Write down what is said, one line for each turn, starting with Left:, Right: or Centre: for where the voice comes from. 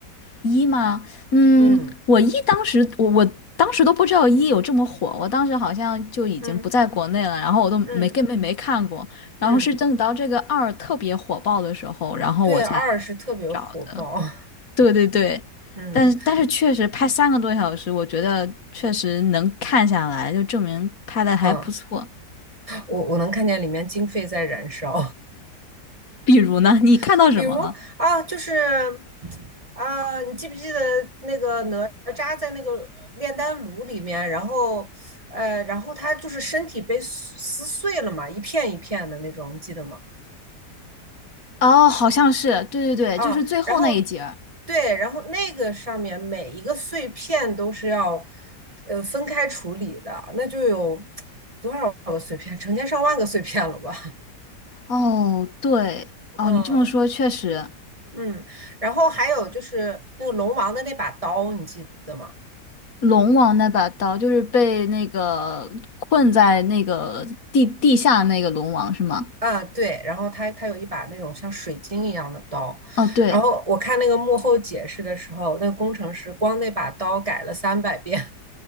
Left: 一吗？嗯，
Right: 嗯
Left: 我一当时我我当时都不知道一有这么火，我当时好像就已经不在国内了，
Right: 嗯
Left: 然后我都没根本没看过，
Right: 嗯
Left: 然后是等到这个二特别火爆的时候，
Right: 嗯，
Left: 然后我才
Right: 对，二是特别火爆，
Left: 找的。
Right: <laughs>
Left: 对对对，
Right: 嗯
Left: 但是但是确实拍三个多小时，我觉得确实能看下来，就证明拍的还不错。
Right: 嗯，我我能看见里面经费在燃烧，
Left: 比如呢，你看到什么了？
Right: <laughs> 比如啊，就是啊，你记不记得那个哪吒在那个炼丹炉里面，然后呃，然后他就是身体被撕撕碎了嘛，一片一片的那种，你记得吗？
Left: 哦，好像是，对对对，
Right: 啊，
Left: 就是最后那一节儿。
Right: 然后对，然后那个上面每一个碎片都是要呃分开处理的，那就有多少个碎片，成千上万个碎片了吧？<laughs>
Left: 哦，对，哦，
Right: 嗯
Left: 你这么说确实，
Right: 嗯，然后还有就是那个龙王的那把刀，你记得吗？
Left: 龙王那把刀就是被那个困在那个地地下那个龙王是吗？
Right: 啊，对，然后他他有一把那种像水晶一样的刀，
Left: 哦，对，
Right: 然后我看那个幕后解释的时候，那个工程师光那把刀改了三百遍